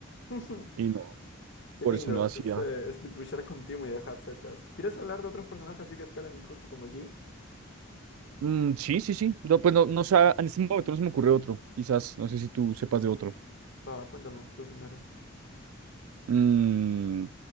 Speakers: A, on the left; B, on the right.
A: <laughs>
B: Y no,
A: Qué
B: por
A: lindo,
B: eso no hacía.
A: este, split pushar con Timo y dejar Zetas. ¿Quieres hablar de otros personajes así que escalan injusto como G?
B: Mm, sí, sí, sí. No, pues no, no sé, en este momento no se me ocurre otro. Quizás, no sé si tú sepas de otro.
A: Va, cuéntame, tú primero.
B: Mm,